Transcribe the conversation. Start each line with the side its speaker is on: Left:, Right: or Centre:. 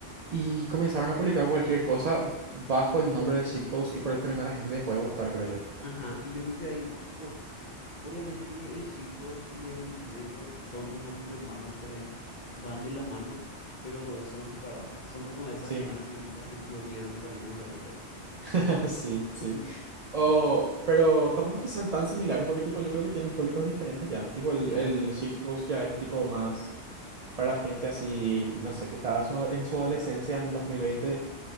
Right: y comenzaron a publicar cualquier cosa bajo el nombre de shitpost y por eso también a la gente le dejó de gustar, creo yo.
Left: Ajá, y yo creo que ahí, tipo, obviamente que el shitpost y el brain rot son como tipo hermanos por ahí, van de la mano, pero son separados. Son como esas
Right: Sí,
Left: hermanas mellizas que tipo siguieron su camino diferente por ahí.
Right: <laughs> sí, sí.
Left: <laughs>
Right: O, pero tampoco es que sean tan similares porque tipo yo creo que tienen públicos diferentes ya. Tipo el,
Left: Claro,
Right: el shitpost ya es tipo
Left: sí,
Right: más para gente así, no sé, que estaba su- en su adolescencia en 2020